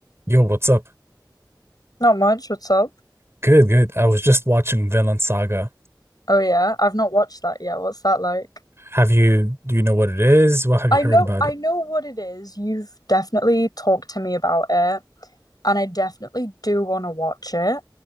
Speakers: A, on the right; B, on the left.
A: Yo, what's up?
B: Not much. What's up?
A: Good, good. I was just watching Vinland Saga.
B: Oh yeah, I've not watched that yet. What's that like?
A: Have you, do you know what it is? What have
B: I
A: you heard
B: know
A: about
B: I
A: it?
B: know what it is. You've definitely talked to me about it, and I definitely do want to watch it,